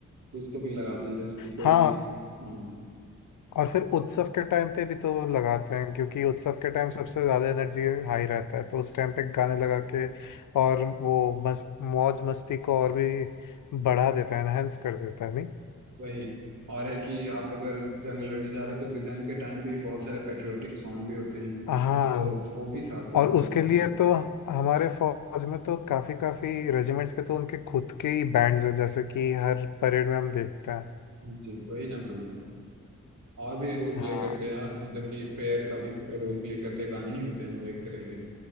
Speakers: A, on the right (about 65°); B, on the left (about 75°).
A: तो उसको भी लगा दिए जैसे कि कोई
B: हाँ
A: हम्म,
B: और फिर उत्सव के टाइम पे भी तो लगाते हैं क्योंकि उत्सव के टाइम सबसे ज़्यादा एनर्जी हाई रहता है तो उस टाइम पे गाने लगा के और वो मस, मौज मस्ती को और भी बढ़ा देता है एनहेंस कर देता है नहीं
A: वही और है कि आप अगर जंग लड़ने जा रहे हो तो जंग के टाइम भी बहुत सारे पेट्रियोटिक सॉन्ग भी होते हैं
B: हाँ
A: तो वो भी साथ देते
B: और
A: हैं
B: उसके
A: इंसान
B: लिए
A: के।
B: तो हमारे फौज में तो काफ़ी काफ़ी रेजिमेंट्स के तो उनके खुद के ही बैंड्स हैं जैसे कि हर परेड में हम देखते हैं
A: जी वही ना बोल रहा हूँ और भी रोल
B: हाँ
A: प्ले करते हैं और मतलब कि प्रेयर का भी रोल प्ले करते हैं गाने ही होते हैं ना वो एक तरह के